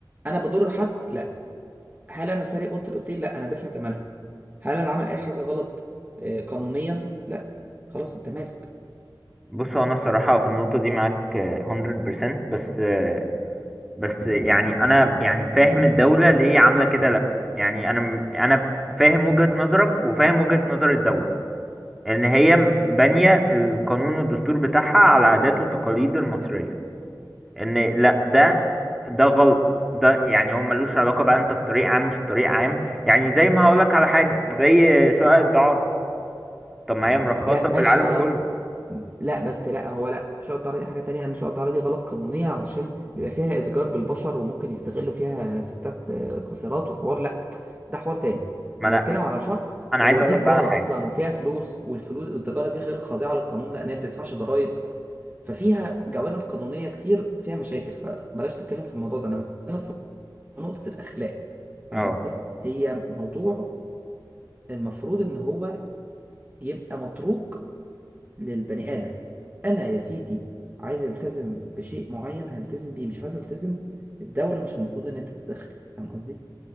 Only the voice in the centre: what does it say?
بص هو انا الصراحه في النقطه دي معاك آه، 100% بس آه، بس يعني انا يعني فاهم الدوله ليه عامله كده لا يعني انا م- انا ف- فاهم وجهه نظرك وفاهم وجهه نظر الدوله ان هي م- بانية القانون والدستور بتاعها على عادات والتقاليد المصرية ان لا ده ده غلط ده يعني هو ملوش علاقة بقى انت في طريق عام مش في طريق عام يعني زي ما هقولك على حاجة زي شقق الدعارة طب ما هي مم. مرخصة
في
العالم
كله
ما
انا
ما
انا
عايز اقولك
بقى على حاجة
اه